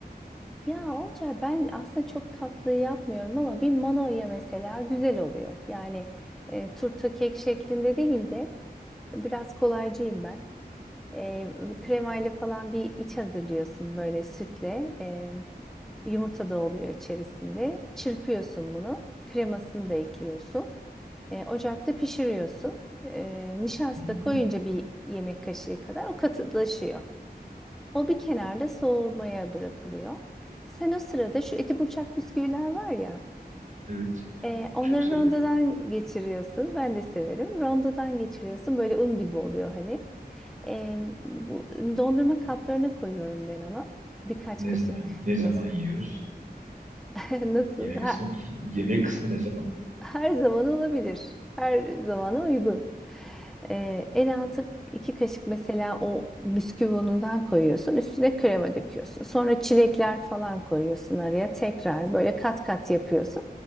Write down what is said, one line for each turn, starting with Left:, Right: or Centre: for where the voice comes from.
Centre: Ya Olcay ben aslında çok tatlı yapmıyorum ama bir manoya mesela güzel oluyor. Yani e, turta kek şeklinde değil de biraz kolaycıyım ben. E, kremayla falan bir iç hazırlıyorsun böyle sütle. E, Yumurta da oluyor içerisinde. Çırpıyorsun bunu. Kremasını da ekliyorsun. E, ocakta pişiriyorsun. E, nişasta
Right: Hı,
Centre: koyunca bir yemek kaşığı kadar o katılaşıyor. O bir kenarda soğumaya bırakılıyor. Sen o sırada şu eti burçak bisküviler var ya.
Right: Evet.
Centre: e, onları
Right: Çok severim.
Centre: rondodan geçiriyorsun. Ben de severim. Rondodan geçiriyorsun. Böyle un gibi oluyor hani. E, bu dondurma kaplarına koyuyorum ben onu. Birkaç
Right: Ne
Centre: kaşık
Right: zaman ne zaman
Centre: mes
Right: yiyoruz?
Centre: <laughs> nasıl?
Right: Yemek
Centre: Ha,
Right: kısmı <laughs> yemek kısmı ne zaman?
Centre: Her zaman olabilir. Her zamana uygun. Ee, en altı iki kaşık mesela o bisküvi unundan koyuyorsun. Üstüne krema döküyorsun. Sonra çilekler falan koyuyorsun araya. Tekrar böyle kat kat yapıyorsun.